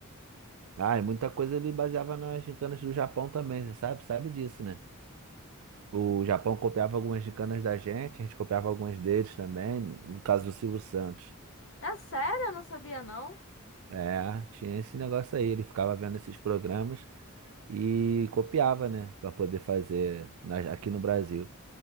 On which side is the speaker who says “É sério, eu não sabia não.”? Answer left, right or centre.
Left